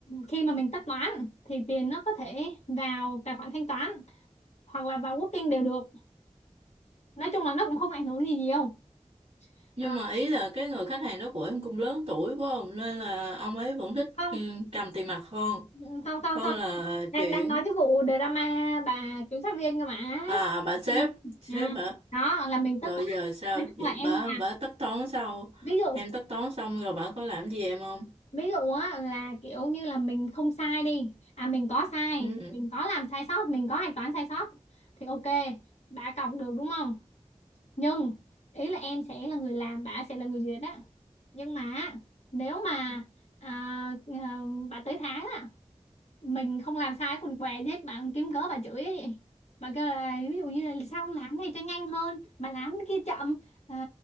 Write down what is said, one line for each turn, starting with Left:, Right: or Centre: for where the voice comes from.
Left: khi mà mình tất toán thì tiền nó có thể vào tài khoản thanh toán hoặc là vào Working đều được nói chung là nó cũng không ảnh hưởng gì nhiều
Right: nhưng
Left: À,
Right: mà ý là cái người khách hàng đó của em cũng lớn tuổi quá không nên là ông ấy vẫn thích
Left: không
Right: ừ, cầm tiền mặt hơn
Left: Ừ, không không
Right: hơn
Left: không
Right: là
Left: đang
Right: chuyển
Left: đang nói cái vụ drama bà kiểm sát viên cơ mà
Right: À bà sếp,
Left: ừ.
Right: sếp
Left: Ừ.
Right: hả?
Left: đó là mình tất
Right: Rồi
Left: toán
Right: giờ sao?
Left: nói chung
Right: Giờ
Left: là em
Right: Bà
Left: là
Right: bà tất toán sao?
Left: ví dụ
Right: Em tất toán xong rồi bà có làm gì em không?
Left: ví dụ á là kiểu như là mình không sai đi à mình có sai
Right: Ừ.
Left: mình có làm sai sót mình có hạch toán sai sót thì ok bà cọc được đúng không nhưng ý là em sẽ là người làm bà sẽ là người duyệt á nhưng mà nếu mà à, à, bà tới tháng á mình không làm sai quần què gì hết bạn kiếm cớ bà chửi ấy vậy bà kêu là ví dụ như là sao không làm cái này cho nhanh hơn mà làm cái kia chậm ờ,